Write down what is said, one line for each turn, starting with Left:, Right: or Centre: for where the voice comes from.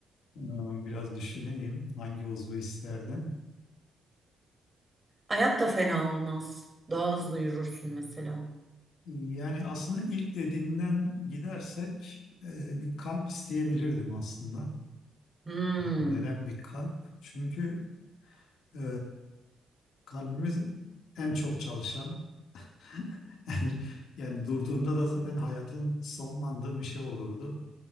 Left: Ee, Biraz düşüneyim hangi uzvu isterdim.
Right: Ayak da fena olmaz. Daha hızlı yürürsün mesela.
Left: Yani aslında ilk dediğinden gidersek e, bir kalp isteyebilirdim aslında.
Right: Hmm.
Left: Neden bir kalp? Çünkü e, kalbimiz en çok çalışan, <laughs> en- yani durduğunda da zaten hayatın sonlandığı bir şey olurdu.